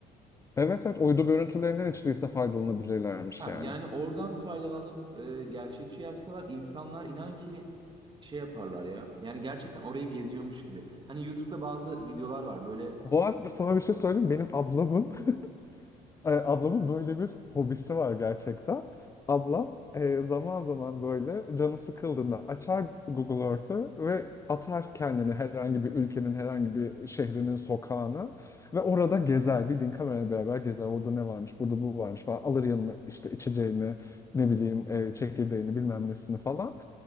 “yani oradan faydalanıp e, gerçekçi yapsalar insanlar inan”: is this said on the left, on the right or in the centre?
Right